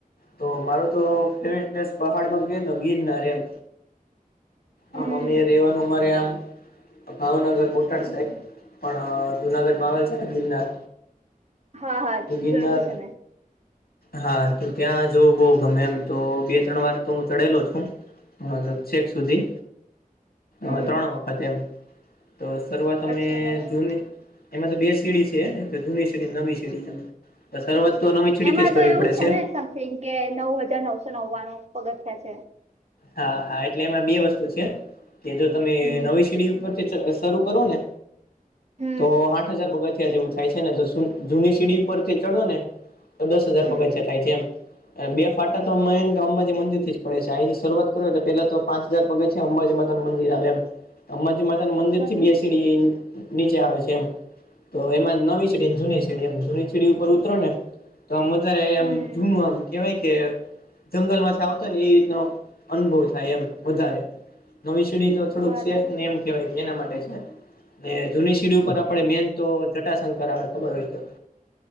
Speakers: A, on the left (about 85°); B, on the right (about 45°).
A: તો મારું તો ફેવટ પ્સ પહાડમાં ગ ગીરનાર એમ
B: હમ
A: આ મમ્ી રેવાનું મારે આમ ભાવનગર બોટાદ
B: હમ
A: સાહેબ પણ જુનાગઢમાં આવેલ છે ને ગિરનાર
B: હા હા
A: એ ગિરનાર
B: જોયેલું છે મેં
A: હા તો ત્યાં જો બહ ગમે એમ તો બે ત્રણ વાર તો હું ચડેલો છું. હ છેક સુધી
B: હમ
A: હ ત્રણ વખત એમ તો શરૂઆત અમે
B: અચ્છા બરાબર
A: જૂની એમાં તો બે સીડી છે જૂની સીડી નવી સીડી છે શરૂઆત તો નવી સીડીથી
B: એમાં
A: જ
B: તો
A: કરવી
B: એવું
A: પડે
B: છે ને સમથિંગ કે નવ હજાર નવસો નવ્વાણું પગથ થિયા છે.
A: હા હા એટલે એમાં બે વસ્તુ છે કે જો તમે
B: હમ
A: નવી સીડી ઉપર શ કરું ને
B: હમ
A: તો આઠ હજાર પગ જેવું થાય છે ને જો જૂની સીડી ઉપરથી ચડો ને તો દસ હજાર
B: હમ
A: પગચિયા થાય છે એમ. બે ફાટા તો એને તો અંબાજી મંદિર થી જ પડે છે આ શરૂઆત કરો તો પેલા તો પાંચ હજાર પગ છે અંબાજી માતા નું મંદિર આવે એમ અંબાજી માતાું મંદિર
B: બરાબર
A: થી બે સીડી નીચે આવે છે એમ. તો એમાં નવી સડીમ જૂની સેડીયમ જૂની સીડી ઉપર ઉતરો નેમ તો આ વધારે એમ
B: હમ
A: જૂનું આમ કેહેવાય કે જંગલ માંથી આવતો ને એ રીતનો અનુભવ થાય એમ વધારે નવી સડી તો થોડુંક
B: બરાબર
A: સેફ ને એમ કહેવાય કે એના માટે છે. ને જૂની સીડી ઉપર આપડે મેન તો જટાશંકર આવે ખબર હોય તો